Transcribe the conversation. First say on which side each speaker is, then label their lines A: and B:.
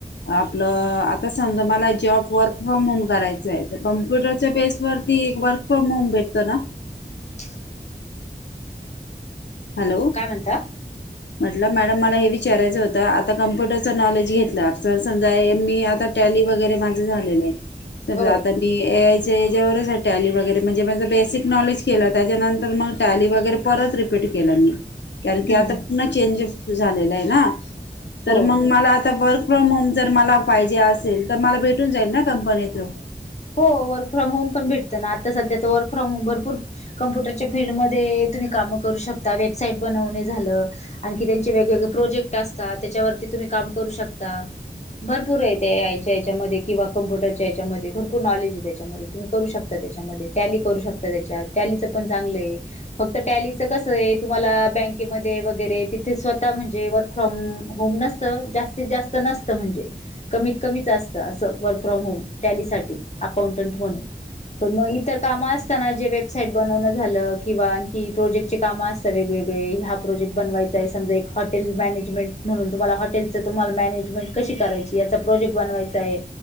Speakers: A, on the left; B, on the left.
A: आपलं आता समजा मला जॉब वर्क फ्रॉम होम करायचय. तर कम्प्युटरच्या बेस वरती वर्क- फ्रॉम- होम भेटत ना?
B: <unintelligible>
A: हॅलो
B: काय म्हणता?
A: म्हटलं मॅडम मला हे विचारायचं होतं. आता कम्प्युटरच नॉलेज घेतलं समजा मी आता. वगैरे माझं झालेलं आहे. सगळं
B: हो
A: आता मी ए आय पी त्याच्यावरच टॅली वगैरे म्हणजे माझ बेसिक नॉलेज केलं त्याच्यानंतर टॅली वगैरे पणरत. कट केला मी. कारण की
B: हम्म
A: आता
B: हम्म
A: पुन्ह चेंजेस झालेला आहे ना. तर
B: हो
A: मग मला आता फ्रॉम होम जर मला पाहिजे असेल तर मला भेटून जाईल ना कंपनी तून.
B: हो वर्क फ्रॉम होम पण भेटत ना. आता सध्या तर वर्क फ्रॉम होम भरपूर कम्प्युटरच्या फीलल्डमध्ये. तुम्ही काम करू शकता. वेबसाईट बनवणे झालं. आणखी त्याचे वेगवेगळे प्रोजेक्ट असतात. त्याच्यावरती तुम्ही कामू शकता. भरपूरय त्या याच्यामध्ये. किवा कंप्युटरच्या याच्यामध्ये. नॉलेज त्याच्या तुम्ही करू शकता. त्याच्यामध्ये करू शकता. त्याच्या टॅलीच पण चांगलं आहे. फक्त टॅलीच कस आहे. तुम्हाला बँकेमध्ये वगैरे तिथे स्वतः म्हणजे वर्क फ्रॉम होम ना जास्तीत-जास्त नसत म्हणजे. कमीत-कमीच असत वरफ्रॉम होम. अस टॅलीसाठी. अकाउंटंट म्हणुन त्यांना इतर काम असत ना जे वे वेबसाईट बनवणं झालं किंवा आणखी प्रोजेक्टचे कामं असतात वेगवेगळे हा प्रोजेक्ट बनवायचा आहे समजा एक हॉटल मॅनेजमेंट म्हणून तुम्हाला हॉटेलचं तुम्हाला मॅनेजमेंट कशी करायचीय याचा प्रोजेक्ट बनवायचा आहे.